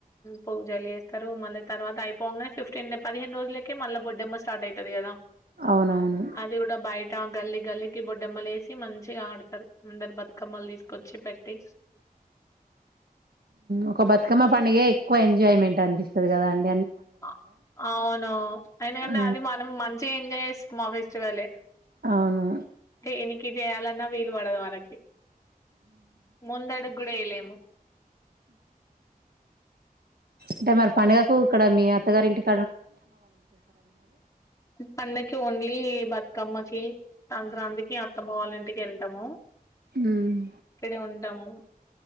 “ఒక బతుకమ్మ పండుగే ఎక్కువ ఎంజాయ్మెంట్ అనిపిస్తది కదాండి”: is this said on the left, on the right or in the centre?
Right